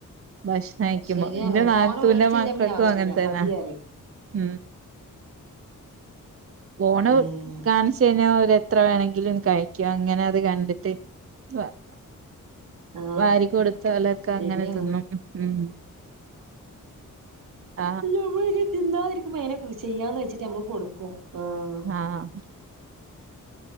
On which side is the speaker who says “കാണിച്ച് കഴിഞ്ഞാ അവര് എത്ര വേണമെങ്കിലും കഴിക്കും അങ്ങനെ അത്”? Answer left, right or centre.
Right